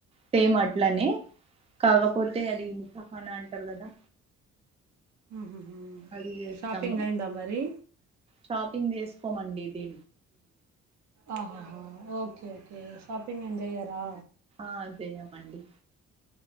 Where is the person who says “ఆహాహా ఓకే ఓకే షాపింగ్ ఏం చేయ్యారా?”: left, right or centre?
Right